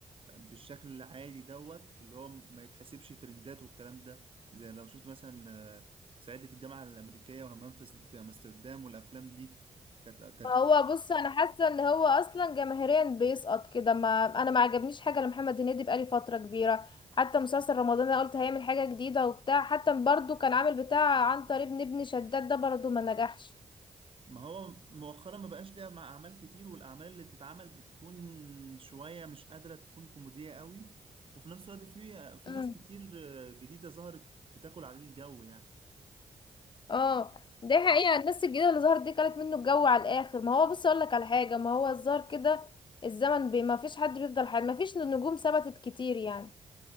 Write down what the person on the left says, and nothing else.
هو بص انا حاسه ان هو اصلا جماهيريا بيسقط كده ما انا ما عجبنيش حاجه لمحمد هنيدي بقالي فتره كبيره حتى مسلسل رمضان انا قلت هيعمل حاجه جديده وبتاع حتى برضو كان عامل بتاع عن طريق ابن ابن شداد ده برضو ما نجحش
مم.
اه دي حقيقه الناس الجديده اللي ظهرت دي كانت منه الجو على الاخر ما هو بص اقول لك على حاجه ما هو الظاهر كده الزمن بي ما فيش حد بيفضل حد ما فيش نجوم ثبتت كتير يعني